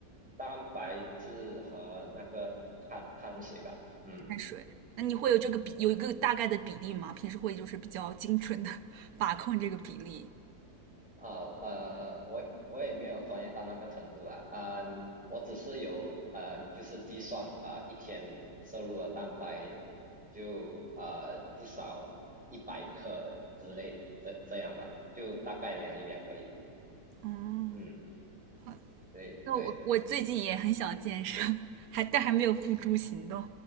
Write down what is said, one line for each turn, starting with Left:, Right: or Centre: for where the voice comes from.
Centre: 蛋白质和那个碳碳水吧。嗯，
Right: 碳水？那你会有这个比，有一个大概的比例吗？平时会就是比较精准的 <laughs> 把控这个比例。
Centre: 啊呃，我我也没有专业到那个程度啦。嗯、我只是有呃，就是计算啊、呃一天摄入的蛋白就呃至少一百克之类，这这样吧，就大概量一量而已。
Right: 嗯，
Centre: 嗯，
Right: 好。
Centre: 对对。
Right: 那我我最近也很想健身，<laughs> 还但还没有付诸行动，